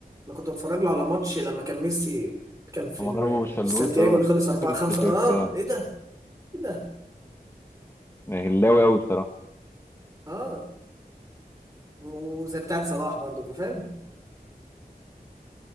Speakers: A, on the right (about 20°); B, on the left (about 15°).
A: انا كنت بتفرج له على ماتش لما كان ميسي كان في
B: لما
A: ال-
B: ضربه بالشلوت
A: في سانتياجو
B: اه
A: اللي خلص
B: <laughs> شفت
A: 4 5
B: شفت
A: اه
B: آه.
A: ايه ده ايه ده
B: هلاوي قوي بصراحه
A: اه وزي بتاعت صلاح برضه فاهم